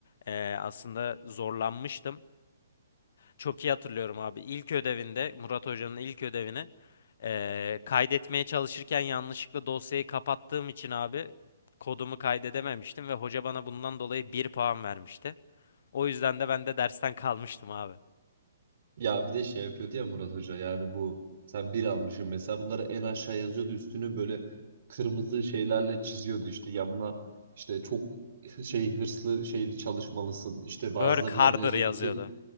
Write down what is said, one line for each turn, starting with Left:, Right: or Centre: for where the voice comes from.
Left: e, aslında zorlanmıştım. Çok iyi hatırlıyorum abi. İlk ödevinde Murat Hoca'nın ilk ödevini eee, kaydetmeye çalışırken yanlışlıkla dosyayı kapattığım için abi kodumu kaydedememiştim ve hoca bana bundan dolayı bir puan vermişti. O yüzden de ben de dersten kalmıştım abi.
Right: Ya bir de şey yapıyordu ya Murat Hoca yani bu sen bir almışsın mesela bunları en aşağı yazıyordu üstünü böyle kırmızı şeylerle çiziyordu işte yanına işte çok şey hırslı şeyli çalışmalısın işte bazılarının
Left: Work harder
Right: yanına yazıyordu
Left: yazıyordu.
Right: ki